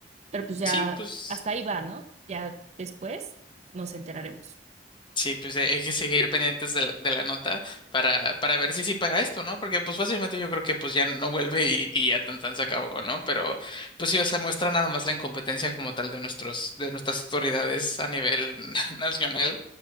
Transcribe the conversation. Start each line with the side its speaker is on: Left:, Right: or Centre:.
Right: Pero pues ya,
Left: Sí, pues.
Right: hasta ahí va, ¿no? Ya después nos enteraremos.
Left: Sí, pues hay hay que seguir pendientes de la, de la nota para, para ver si sí paga esto, ¿no? Porque pues fácilmente yo creo que pues ya no vuelve y, y ya tan tan se acabó, ¿no? Pero pues sí, o sea, muestra nada más la incompetencia como tal de nuestros, de nuestras autoridades a nivel <laughs> nacional.